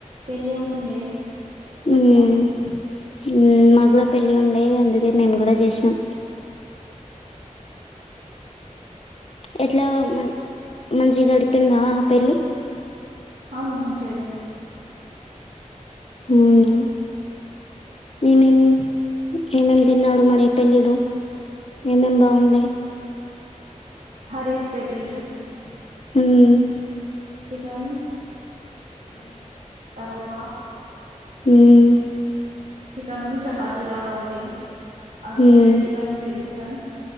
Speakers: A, on the right; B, on the left.
A: పెళ్ళి ఉండే చేసినాం
B: ఉమ్ ఉమ్ మా గుడ పెళ్ళి ఉండే అందుకే మేము గుడ జెసినం. ఎట్లా మం మంచిగా జరిపిందా ఆ పెళ్ళి?
A: అవును మంచిగ జరిగింది.
B: అవునా ఏమేం ఏమేం తిన్నాడు మరీ పెళ్ళిలో, ఏమేం బాగుండే.
A: హరీస్ పెట్టీండ్రూ.
B: ఉమ్
A: చికన్ పోరోఠా.
B: ఉమ్
A: చికెన్ ఉన్నూ చపాతి లాగా ఉండే, అవి
B: మ్మ్
A: రెడ్ చికెన్, గ్రీన్ చికెన్.